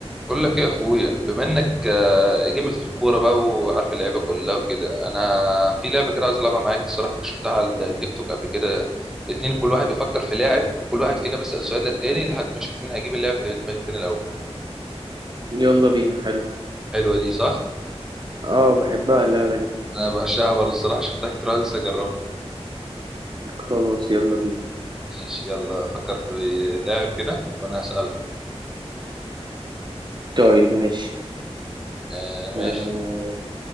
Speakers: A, in the centre; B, on the right (about 45°).
A: بقول لك ايه يا اخويا بما انك آه، جامد في الكوره بقى وعارف اللعيبه كلها وكده انا في لعبه كده عايز العبها معاك الصراحه كنت شفتها على التيك توك قبل كده اتنين كل واحد بيفكر في لاعب وكل واحد فينا بيسال سؤال للتاني لحد ما يشوف مين هيجيب اللاعب اللي في دماغ التاني الاول
B: يلا بينا حلو
A: حلوه دي صح
B: اه بحبها اللعبة دي
A: انا بعشقها برضه الصراحه شفتها كتير عايز اجربها
B: خلاص يلا بينا
A: ماشي يلا فكر في لاعب كده وانا هسالك
B: طيب ماشي
A: آه
B: آه،
A: ماشي